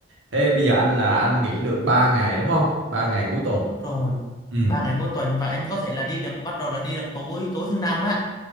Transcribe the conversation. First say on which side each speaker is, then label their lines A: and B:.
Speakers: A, on the right; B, on the left.
A: Thế bây giờ anh là anh nghỉ được 3 ngày đúng không? 3 ngày cuối tuần.
B: rồi
A: Ừ,
B: ba ngày cuối tuần và anh có thể là đi được bắt đầu là đi được tối tối thứ năm á